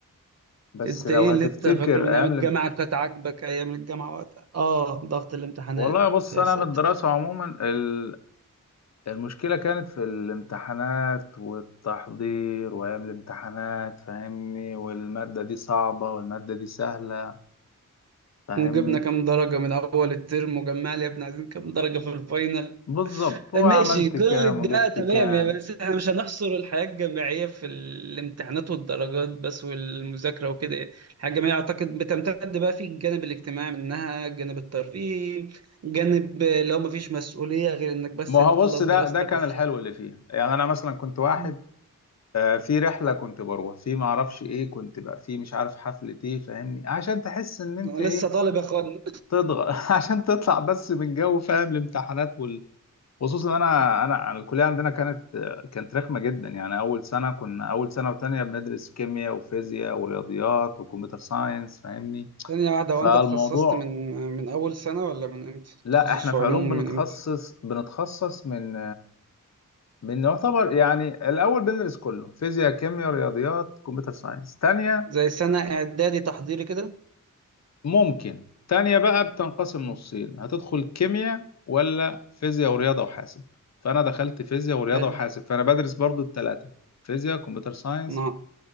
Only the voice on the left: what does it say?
بس
لو
هتفتكر
ايام
الام...
والله بص
انا
من الدراسه عموما ال... المشكله كانت في الامتحانات والتحضير وايام الامتحانات فاهمني والماده دي صعبه والماده دي سهله فاهمني
بالظبط هو
عملت
كام
وجبت
كام
ما
هو بص ده
ده كان
الحلو اللي فيها يعني انا مثلا كنت واحد
آه، في رحله كنت بروح في ما اعرفش ايه كنت بقى في مش عارف حفله ايه فاهمني عشان تحس ان انت
ايه
تضغط <laughs> عشان تطلع بس من جو فاهم الامتحانات وال... خصوصا إن انا انا أنا الكليه عندنا كانت آه، كانت رخمه جدا يعني اول سنه كنا اول سنه وتانية بندرس كيمياء وفيزياء ورياضيات وكمبيوتر ساينس فاهمني
فالموضوع
لا
احنا
في
علوم بنتخصص
بنتخصص من بنعتبر يعني الأول بندرس كله فيزياء كيمياء رياضيات كمبيوتر ساينس تانية
ممكن تانية بقى بتنقسم
نصين هتدخل كيمياء ولا فيزياء ورياضة وحاسب فأنا دخلت فيزياء ورياضة
وحاسب فأنا بدرس برضو التلاتة فيزياء كمبيوتر ساينس